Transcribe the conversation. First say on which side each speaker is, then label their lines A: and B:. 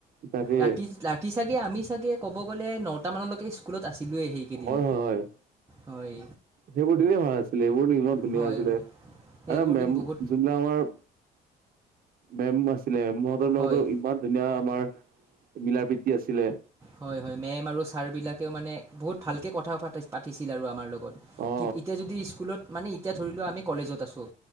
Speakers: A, on the right (about 60°); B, on the right (about 15°).
A: তাকে
B: ৰাতি ৰা কি চাগে আমি চাগে ক'ব গ'লে নটামানলৈকে স্কুলত আছিলোঁৱে হেই কেইদিন
A: হয় হয় হয়
B: হয়।
A: সেইবোৰ দিনেই ভাল আছিলে, এইবোৰ ইমান ধুনীয়া
B: হয়
A: আছিলে,
B: হয় সেইবোৰ
A: আৰু মেম
B: দিন বহুত
A: যোনদিনা আমাৰ মেম আছিলে মেমহতৰ
B: হয়
A: লগতো ইমান ধুনীয়া আমাৰ মিলা প্ৰীতি আছিলে।
B: হয় হয় মেম আৰু ছাৰ বিলাকেও মানে বহুত ভালকে কথা পাতিছিল আৰু আমাৰ লগ গত,
A: অ
B: কি এতিয়া যদি স্কুলত মানে এতিয়া ধৰি লোৱা আমি কলেজত আছোঁ